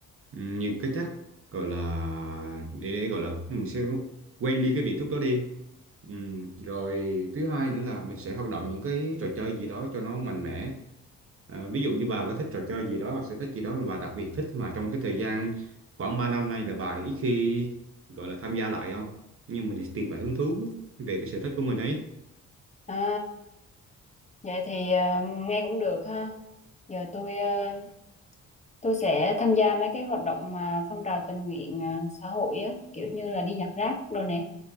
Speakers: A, on the right; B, on the left.
A: nhiều cái chất gọi là để, để gọi là mình sẽ quên đi cái vị thuốc đó đi Ừm, rồi thứ hai nữa là mình sẽ hoạt động những cái trò chơi gì đó cho nó mạnh mẽ À, ví dụ như bà có thích trò chơi gì đó hoặc sở thích gì đó mà bà đặc biệt thích mà trong cái thời gian khoảng 3 năm nay là bà ít khi gọi là tham gia lại không nhưng mình thì tìm lại hứng thú về cái sở thích của mình ấy
B: à vậy thì à, nghe cũng được ha giờ tôi à, tôi sẽ tham gia mấy cái hoạt động mà phong trào tình nguyện à, xã hội á kiểu như là đi nhặt rác đồ nè